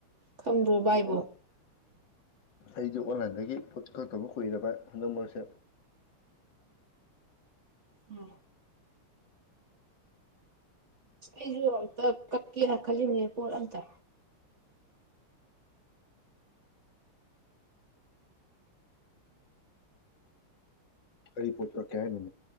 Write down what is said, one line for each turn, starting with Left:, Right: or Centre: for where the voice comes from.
Right: ꯈꯪꯕ꯭ꯔꯣ ꯕꯥꯏꯕꯣ
Left: ꯑꯩꯁꯨ ꯑꯣꯟꯂꯥꯏꯟꯗꯒꯤ ꯐꯨꯠ ꯀꯔꯇꯧꯕ ꯀꯨꯏꯔꯕ ꯍꯟꯗꯛ ꯃꯔꯁꯦ
Right: ꯎ ꯎꯝ ꯑꯩꯁꯨ ꯀꯛꯀꯦꯅ ꯈꯜꯂꯤꯅꯦ ꯄꯣꯠ ꯑꯇ
Left: ꯀꯔꯤ ꯄꯣꯠꯇꯥ ꯀꯌꯥ